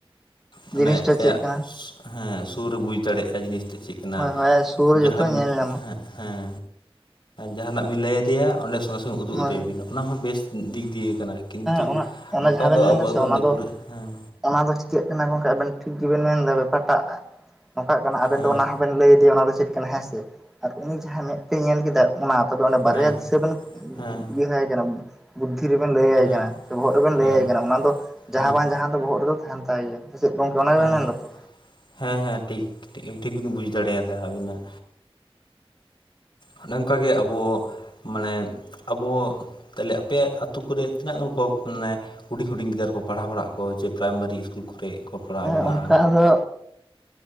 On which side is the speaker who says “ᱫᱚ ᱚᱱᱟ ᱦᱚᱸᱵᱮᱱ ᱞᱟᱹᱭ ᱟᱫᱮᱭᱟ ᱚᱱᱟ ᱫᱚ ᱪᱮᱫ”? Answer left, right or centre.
Centre